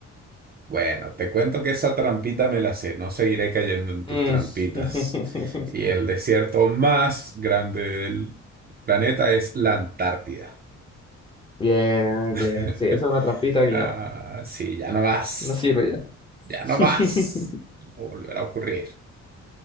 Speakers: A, on the right (about 30°); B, on the left (about 15°).
A: Bueno, te cuento que esa trampita me la sé. No seguiré cayendo en tus
B: Mm.
A: trampitas.
B: <laughs>
A: Y el desierto más grande del planeta es la Antártida.
B: Bien,
A: <laughs>
B: bien. Sí, esa es una trampita
A: Ah,
B: que ya
A: sí, ya no más.
B: no sirve ya. <laughs>
A: Ya no más. No volverá a ocurrir.